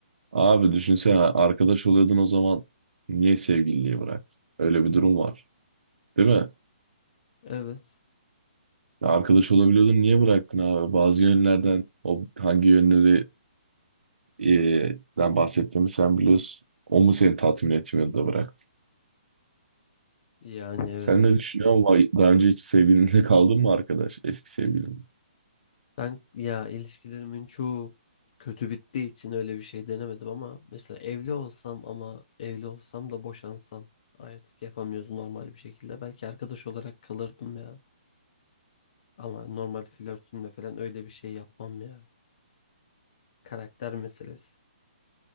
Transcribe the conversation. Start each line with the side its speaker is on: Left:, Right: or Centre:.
Right: Abi düşünsene arkadaş oluyordun o zaman niye sevgililiği bıraktın? Öyle bir durum var. Değil mi?
Left: Evet.
Right: Arkadaş olabiliyordun niye bıraktın abi? Bazı yönlerden o hangi yönleri e, den bahsettiğimi sen biliyorsun. O mu seni tatmin etmiyordu da bıraktı?
Left: Yani evet.
Right: Sen ne düşünüyorsun? Vay, Daha önce hiç sevgilinle kaldın mı arkadaş? Eski sevgilin.
Left: Ben ya ilişkilerimin çoğu kötü bittiği için öyle bir şey denemedim ama mesela evli olsam ama evli olsam da boşansam ayrılık yapamıyoruz normal bir şekilde. Belki arkadaş olarak kalırdım ya. Ama normal flörtümle falan öyle bir şey yapmam ya. Karakter meselesi.